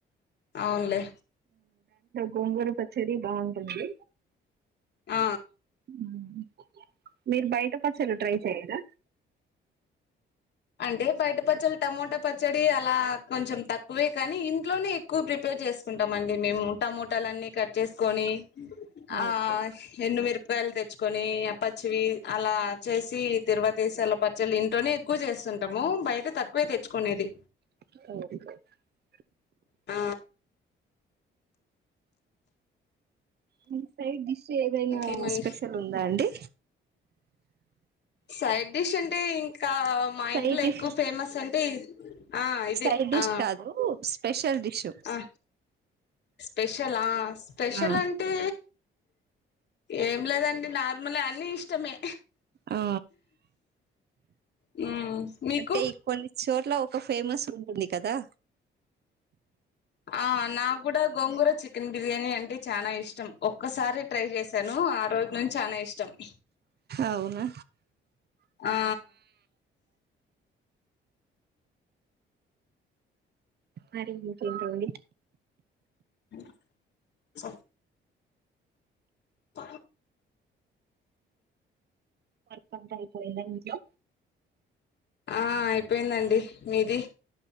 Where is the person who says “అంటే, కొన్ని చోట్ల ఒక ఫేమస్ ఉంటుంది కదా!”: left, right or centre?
Right